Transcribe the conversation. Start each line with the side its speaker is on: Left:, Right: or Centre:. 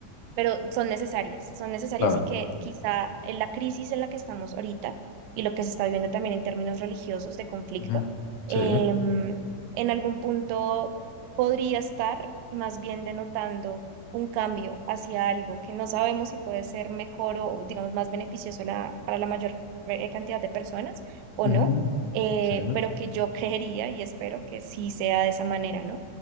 Right: pero son necesarias, son necesarias
Left: claro.
Right: y que quizá en la crisis en la que estamos ahorita y lo que se está viviendo también en términos religiosos de conflicto,
Left: ujú, Sí,
Right: em, en algún punto podría estar más bien denotando un cambio hacia algo que no sabemos si puede ser mejor o, digamos, más beneficioso la- para la mayor eh, cantidad de personas o
Left: ujú,
Right: no, eh,
Left: sí,
Right: pero que yo <laughs> creería y espero que sí sea de esa manera, ¿no?